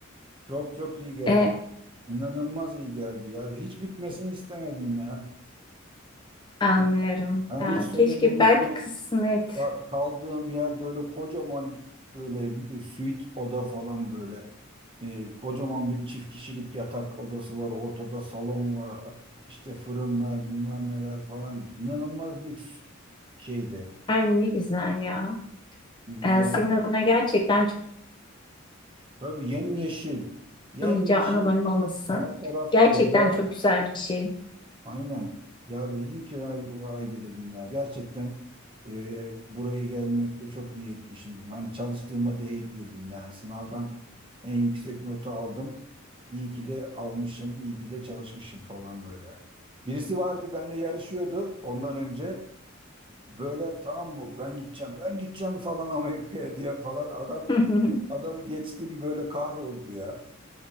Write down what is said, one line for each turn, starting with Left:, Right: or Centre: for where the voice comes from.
Right: Çok çok iyi geldi.
Left: e,
Right: İnanılmaz iyi geldi ya. Hiç bitmesini istemedim ya.
Left: anlıyorum.
Right: Hani
Left: Ya,
Right: hiç sorumluluk
Left: keşke belki
Right: yok.
Left: kısmet.
Right: Bak kaldığım yer böyle kocaman böyle e, suite oda falan böyle. Ee, kocaman bir çift kişilik yatak odası var. Ortada salon var. İşte fırınlar bilmem neler falan. İnanılmaz lüks şeyde.
Left: Her ne güzel ya. Ee,
Right: Yer.
Left: senin adına gerçekten
Right: Tabii yemyeşil. Yemyeşil.
Left: unutamayacağı anıların olması
Right: Her taraf
Left: gerçekten
Right: doğa.
Left: çok güzel bir şey.
Right: Aynen. Ya dedim ki ay, vay be dedim ya. Gerçekten e, buraya gelmekle çok iyi etmişim dedim. Hani çalıştığıma değdi dedim. Yani sınavdan en yüksek notu aldım. İyi ki de almışım, iyi ki de çalışmışım falan böyle. Birisi vardı benimle yarışıyordu ondan önce. Böyle tamam mı ben gideceğim, ben gideceğim falan Amerika'ya diye falan. Adam
Left: <laughs>
Right: adamı geçtim böyle kahroldu ya.